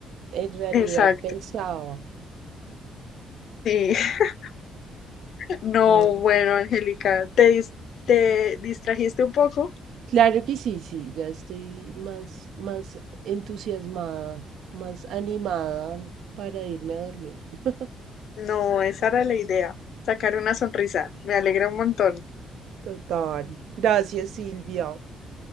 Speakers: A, on the right; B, on the left.
A: en realidad
B: Exacto.
A: pensaba.
B: Sí. <laughs> No,
A: Ah,
B: bueno, Angélica, te, dis- te distrajiste un poco.
A: claro que sí, sí, ya estoy más, más entusiasmada, más animada para irme a dormir. <laughs>
B: No, esa era la idea, sacar una sonrisa. Me alegra un montón.
A: Total. Gracias, Silvia.